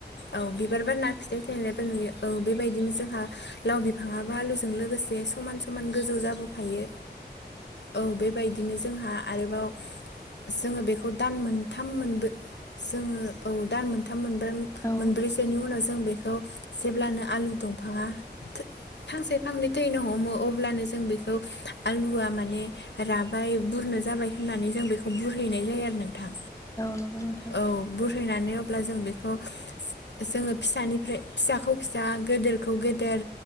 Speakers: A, on the left; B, on the left.
A: औ बिबार बारना खिथाय थायनो न औ बेबायदिनो जोंहा लाव बिफां आलुजों लोगोसे समान समान गोजौ जाबोफायो औ बेबायदिनो जोंहा आरोबाव जोङो बेखौ दान मोनथाम मोनबो जोङो औ दान मोनथाम मोनबो
B: औ
A: मोनब्रैसेनि उनाव ज जों बेखौ जेब्लानो आलु दंफाङा फांसे फांनै थैनो हमो अब्ल जों बेखौ आलुआ माने राबाय बुरनो जाबाय होननानै जों बेखौ बुरहैनाय जायो आरो न थां
B: औ नंगौ नोंथां
A: औ बुरहैनानै अब्ला जों बेखौ जोङो फिसानिफ्राय फिसाखौ फिसा गेदेरखौ गेदेर